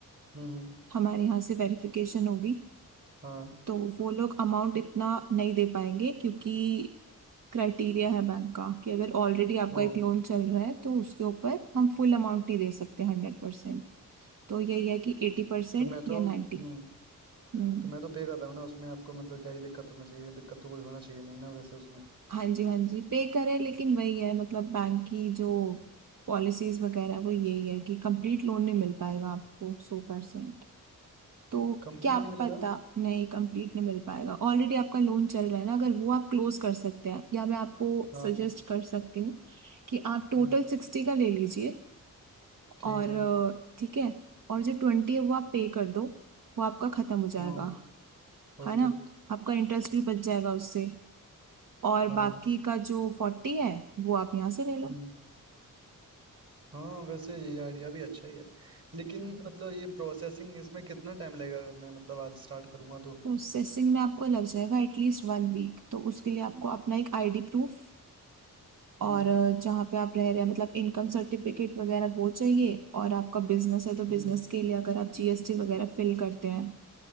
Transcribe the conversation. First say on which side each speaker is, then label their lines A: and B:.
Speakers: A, on the right; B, on the right.
A: हम्म हम्म,
B: हमारे यहाँ से वेरिफिकेशन होगी
A: हाँ
B: तो वो लोग अमाउंट इतना नहीं दे पाएंगे क्योंकि क्राइटेरिया है बैंक का कि अगर ऑलरेडी आपका
A: ओ
B: एक लोन चल रहा है तो उसके ऊपर हम फुल अमाउंट नहीं दे सकते हंड्रेड परसेंट तो यही है कि एटी परसेंट
A: तो मैं तो
B: या 90
A: हम्म
B: हम्म,
A: तो मैं तो पे कर रहा हूँ ना उसमें आपको मतलब क्या ही दिक्कत होना चाहिए दिक्कत तो कोई होना चाहिए नहीं ना वैसे उसमें
B: हाँ जी हाँ जी पे करें लेकिन वही है मतलब बैंक की जो पॉलिसीज वगैरह है, वो यही है कि कंप्लीट लोन नहीं मिल पाएगा आपको सौ परसेंट तो
A: कंप्लीट
B: क्या
A: नहीं मिलेगा
B: पता नहीं कंप्लीट नहीं मिल पाएगा ऑलरेडी आपका लोन चल रहा है ना अगर वो आप क्लोज कर सकते हैं या मैं आपको
A: हाँ
B: सजेस्ट कर सकती हूँ कि आप टोटल
A: हम्म
B: सिक्सटी का ले लीजिए
A: ठीक
B: और
A: है
B: अ, ठीक है और जो ट्वेंटी है वो आप पे कर दो वो आपका खत्म हो जाएगा
A: ओ ओके
B: है ना आपका इंटरेस्ट भी बच जाएगा उससे और
A: हाँ
B: बाकी का जो फोर्टी है वो आप यहाँ से ले लो
A: हम्म हाँ वैसे ये आइडिया भी अच्छा ही है लेकिन मतलब ये प्रोसेसिंग इसमें कितना टाइम लगेगा अगर मैं मतलब आज स्टार्ट करूँगा तो
B: प्रोसेसिंग में आपको लग जाएगा एटलीस्ट वन वीक तो उसके लिए आपको अपना एक आईडी प्रूफ
A: हम्म
B: और अ, जहाँ पे आप रह रहे हैं मतलब इनकम सर्टिफिकेट वगैरह वो चाहिए और आपका बिजनेस है तो
A: हम्म
B: बिजनेस के लिए अगर आप जीएसटी वगैरह फिल करते हैं